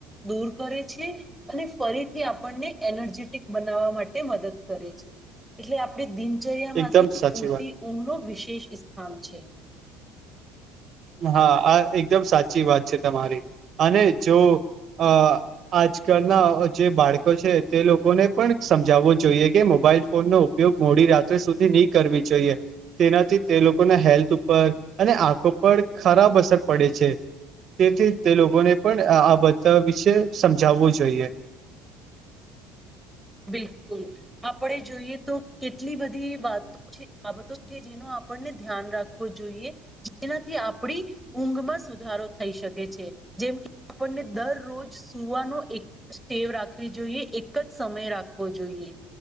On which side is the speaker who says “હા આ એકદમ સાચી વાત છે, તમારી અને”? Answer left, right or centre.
Right